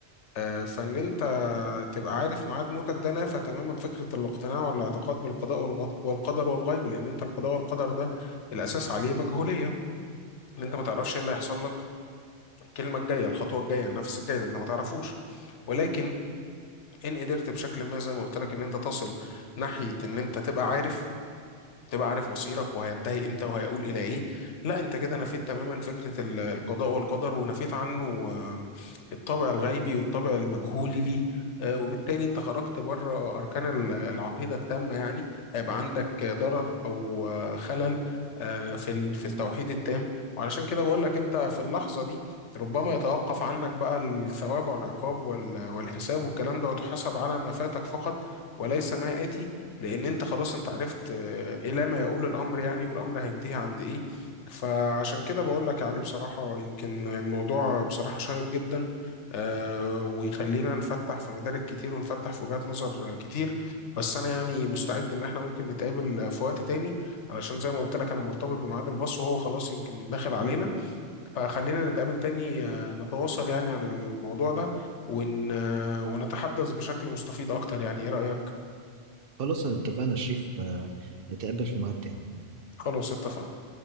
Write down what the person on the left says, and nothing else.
آه، فان انت تبقى عارف ميعاد موتك ده نافى تماما فكرة الاقتناع والاعتقاد بالقضاء والغض- والقدر والغيب لأن أنت القضاء والقدر ده الأساس عليه مجهولية إن أنت ما تعرفش إيه اللي هيحصل لك الكلمة الجاية الخطوة الجاية النفس الجاي ده أنت ما تعرفوش ولكن إن قدرت بشكل ما زي ما قلت لك إن أنت تصل ناحية إن أنت تبقى عارف تبقى عارف مصيرك وهينتهي امتى وهيقول الى ايه لا انت كده نفيت تماما فكره ال- القضاء والقدر ونفيت عنه آه، الطابع الغيبي والطابع المجهولي ليه آه، وبالتالي انت خرجت بره اركان ال- العقيده التامه يعني هيبقى عندك ضرر او آه، خلل آه، في ال- في التوحيد التام وعلشان كده بقول لك انت في اللحظه دي ربما يتوقف عنك بقى الثواب والعقاب وال- والحساب والكلام ده وتحاسب على ما فاتك فقط وليس ما آتي لان انت خلاص انت عرفت آه، الى ما يقول الامر يعني والامر هينتهي عند ايه فعشان كده بقول لك يا علي بصراحه يمكن الموضوع بصراحه شيق جدا آه، ويخلينا نفتح في مدارك كتير ونفتح في وجهات نظر كتير بس انا يعني مستعد ان احنا ممكن نتقابل في وقت تاني علشان زي ما قلت لك انا مرتبط بميعاد الباص وهو خلاص يمكن داخل علينا فخلينا نتقابل تاني آه، نتواصل يعني عن الموضوع ده ون... آه، ونتحدث بشكل مستفيض اكتر يعني ايه رأيك
خلاص اتفقنا